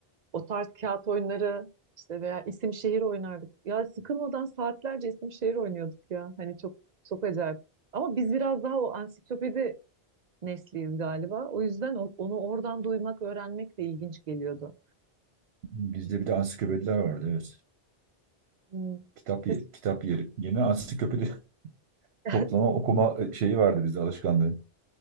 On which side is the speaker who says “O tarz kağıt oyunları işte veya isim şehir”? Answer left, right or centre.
Right